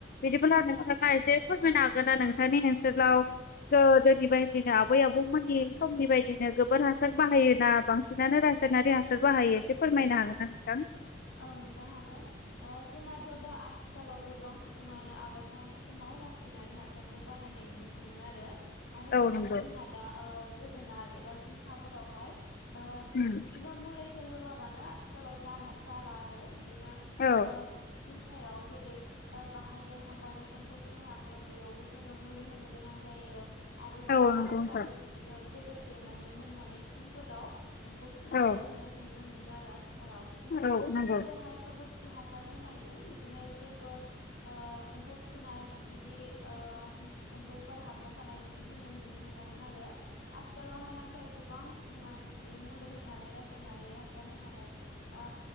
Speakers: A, on the left; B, on the left.
A: बिदिब्ला नोंथाङा एसे फोरमायनो हागोनना नोंथांनि ओनसोलाव गो दोनि बायदिनो आबै आबौमोननि समनि बायदिनो गोबोर हासार बाहायोना बांसिनानो रासायनारि हा सार बाहायो एसे फोरमायनो हागोन ना नोंथां
B: औ नोंथां हागोन ओ जोंनाथ' दा आथिखालाव गोबां सुबुङानो आबाद मावनाय समाव रा सायनारि हासारखौ बाहायनाय नुनो मोनो आरो आरो
A: औ
B: बिदिनो
A: नंगौ
B: जोंना दा ओ जोगोनार एबा जिंखाफोरावहाय ओ
A: उम
B: बिदिनो मुलैफोर होयाबानो आथिखालाव जान जाला आरो बिदिनो
A: औ
B: ओम जिंखायाव जेरै ओ बाहाय देरहांबानो एम्फौ सुहाङो बेयावबो जोङो मुलै होनो गोनां जायो। आरो जोगोनारफोराबो
A: औ नंगौ नोंथां
B: बिदिनो गोदोर देनानै मोननानै सिंफोराव एम्फौ सुनायखौ
A: औ
B: जोङो नुनो मोनो आरो आथिखालाव बिदिनो
A: औ नंगौ
B: गोदोहाय गोबोरखि हासार होनाय बिदिनो जेब्लाबो ओ एम्फौ सुनाय बिदि ओ एम्फौफोर हाबना थानाय बि दि जोङो नुनो मोनामोन आरो आथिखालावहाय नाथाय गोबां सुबुङानो बिदिनो मुलै होनानै रा सायनारि हासार होनानै आ